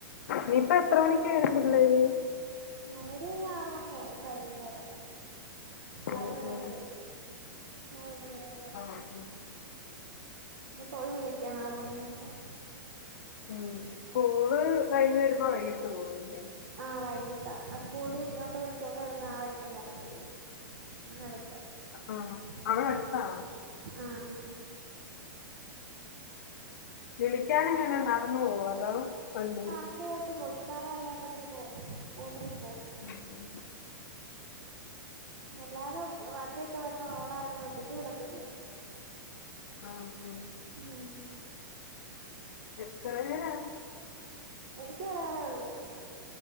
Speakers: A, on the left (about 50°); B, on the right (about 75°).
A: നീ ഇപ്പ എത്ര മണിക്ക് വരും പിള്ളേര്
B: അവര് ഇനി ആറ് മണിയാവും കഴിയും വരാൻ നാല്
A: ഉം
B: മണിഒട്ട്
A: ഉം
B: <unintelligible> മണി വരെ
A: ആഹ് ഉം
B: ഉം പോയി വിളിക്കണം ആറ് മണിയാവുമ്പോ
A: ഉം സ്കൂള് കഴിഞ്ഞ് വരുമ്പോ വൈകിട്ട് പോവുല്ലേ
B: ആഹ് വൈകിട്ടാ ആ സ്കൂളിൽ ഇങ്ങോട്ട് വിളിച്ചോണ്ട് വരുന്ന ആ വഴിക്കങ്ങ് എറക്കി വിടും ആ നടത്ത
A: ആഹ്
B: പിന്നെ
A: അവിടെ അടുത്താണോ
B: ആഹ് ആഹ്
A: വിളിക്കാന്
B: പിന്നെ
A: എങ്ങന നടന്ന് പോവോ അതോ വണ്ടി
B: <unintelligible> പോയി <unintelligible> പോവും സ്കൂട്ടറിൽ പോവും
A: ഉം ഉം
B: വല്ലാതെ വണ്ടിയൊക്കെ വരുന്ന റോഡായോണ്ട് ഒറ്റക്ക് വിടത്തില്ല
A: ആഹ് ആഹ്
B: ഉം
A: എത്ര പേരാ
B: എനിക്ക് ഒരാളെ ഒള്ളു